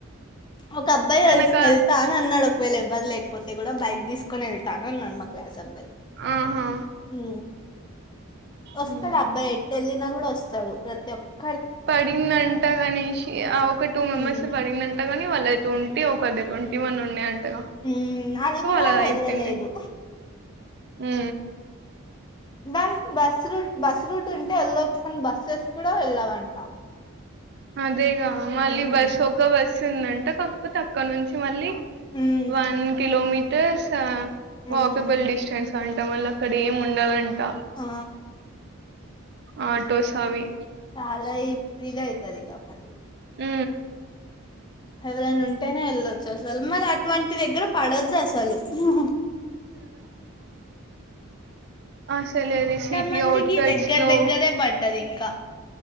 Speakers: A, on the left; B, on the right.
A: ఒక అబ్బాయి వెల్స్
B: తనకా
A: వెళ్తా అని అన్నాడు. ఒకవేళ ఎవ్వరు లేకపోతే కూడా బైక్ తీసుకొని వెళ్తాను అన్నాడు మా క్లాస్ అబ్బాయి
B: ఆహా
A: ఊ వస్తడబ్బాయితే
B: హ్మ్
A: వెళ్ళిన కూడా వస్తాడు ప్రతి ఒక్క
B: పడిందంట గణేషి అవ్ ఒక టూ మెంబర్స్కి
A: ఉమ్
B: పడిందట. ఎవనికి పడలేదు పొన్ టీ ఒకది ట్వంటీ వన్ ఉండే అంటగా
A: ఉమ్ అది
B: సో
A: కూడా
B: అలా
A: వెళ్ళలేదు
B: అయిపోయింది. ఆ
A: బన్ బస్రూట్ బసృూట్ ఉంటే ఎల్లచ్చు. అన్ బస్సెస్ కూడా వెళ్ళవంట.
B: అదేగా మళ్ళీ
A: ఉమ్
B: బస్ ఓక్క బస్ వస్తుందంటే తక్కు తక్కువ నుంచి మళ్ళీ
A: ఉమ్
B: వన్ కిలోమీటర్స్హ
A: ఉమ్
B: వాకబుల్ డిస్టెన్స్ తంటం వల్ల అక్కడ ఏం ఉండవండ్ త
A: ఆ
B: ఆటోస్ అవి
A: అలా ఇద్ ఇదైతే తదిగా మరి
B: ఊ
A: ఎవరైనా ఉంటేనే వెళ్ళొచ్చు అసలు మరి అటువంటి దగ్గర పడొద్దు అస తలు ఉ
B: అసలే అది సిటీ
A: మందికి
B: ఔట్ కట్స్
A: దగ్గర
B: లో
A: దగ్గరే పడ్డది ఇంకా